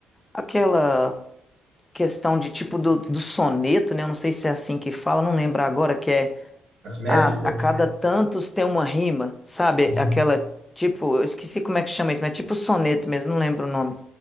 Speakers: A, on the left; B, on the right.
A: aquela questão de tipo do, do soneto, né? Eu não sei se é assim que fala, não lembro agora, que é.
B: As métricas.
A: a, a cada tantos tem uma rima, sabe?
B: Uhum.
A: Aquela tipo, eu esqueci como é que chama isso, mas é tipo soneto mesmo, não lembro o nome.